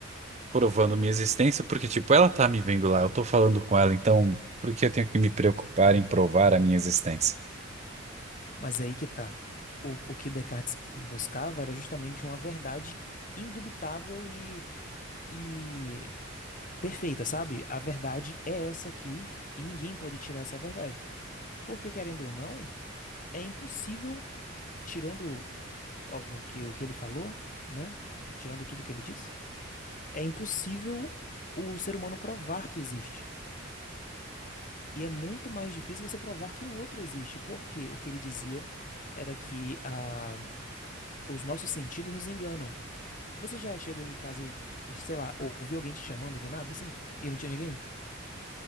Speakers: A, on the right; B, on the left.
A: provando minha existência, porque, tipo, ela tá me vendo lá, eu tô falando com ela, então por que eu tenho que me preocupar em provar a minha existência?
B: Mas é aí que tá. O, o que Descartes buscava era justamente uma verdade indubitável e, e perfeita, sabe? A verdade é essa aqui e ninguém pode tirar essa verdade. Porque, querendo ou não, é impossível, tirando, óbvio, que o que ele falou, né? Tirando tudo que ele disse, é impossível o ser humano provar que existe. E é muito mais difícil você provar que o outro existe, porque o que ele dizia era que ah, os nossos sentidos nos enganam. Você já chegou em casa e, e, sei lá, ou- ouviu alguém te chamando do nada, assim, e não tinha ninguém?